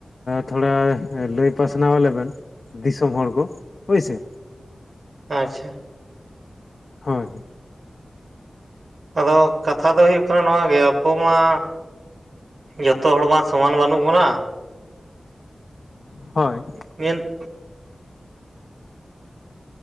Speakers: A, on the left; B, on the right.
A: ᱛᱷᱚᱲᱟ ᱞᱟᱹᱭ ᱯᱟᱥᱱᱟᱣᱟᱞᱮ ᱵᱮᱱ? ᱫᱤᱥᱚᱢ ᱦᱚᱲ ᱠᱚ ᱦᱳᱭ ᱥᱮ?
B: ᱟᱪᱪᱷᱟ᱾
A: ᱦᱳᱭ᱾
B: ᱟᱫᱚ ᱠᱟᱛᱷᱟ ᱫᱚ ᱦᱩᱭᱩᱜ ᱠᱟᱱᱟ ᱱᱚᱣᱟ ᱜᱮ ᱟᱵᱚ ᱢᱟ ᱡᱚᱛᱚ ᱦᱚᱲ ᱵᱟᱝ ᱥᱚᱢᱟᱱ ᱵᱟᱹᱱᱩᱜ ᱵᱚᱱᱟ᱾
A: ᱦᱳᱭ᱾
B: ᱢᱮᱱ